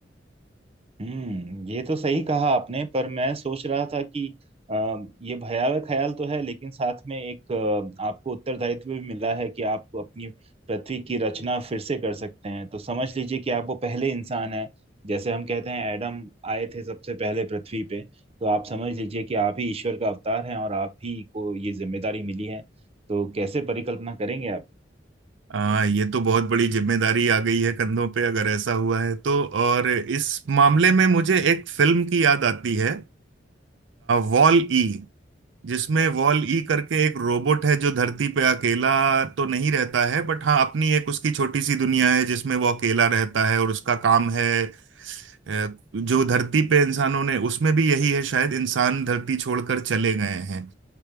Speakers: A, on the right; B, on the right.
A: हम्म ये तो सही कहा आपने पर मैं सोच रहा था कि अ, ये भयावह ख्याल तो है लेकिन साथ में एक अ, आपको उत्तरदायित्व भी मिला है कि आप अपनी पृथ्वी की रचना फिर से कर सकते हैं तो समझ लीजिए कि आप वो पहले इंसान हैं जैसे हम कहते हैं एडम आए थे सबसे पहले पृथ्वी पे तो आप समझ लीजिए कि आप ही ईश्वर का अवतार हैं और आप ही को ये जिम्मेदारी मिली है तो कैसे परिकल्पना करेंगे आप
B: आ, ये तो बहुत बड़ी जिम्मेदारी आ गई है कंधों पे अगर ऐसा हुआ है तो और इस मामले में मुझे एक फिल्म की याद आती है वॉल ई जिसमें वॉल ई करके एक रोबोट है जो धरती पे अकेला तो नहीं रहता है बट हाँ अपनी एक उसकी छोटी सी दुनिया है जिसमें वो अकेला रहता है और उसका काम है अ, जो धरती पे इंसानों ने उसमें भी यही है शायद इंसान धरती छोड़कर चले गए हैं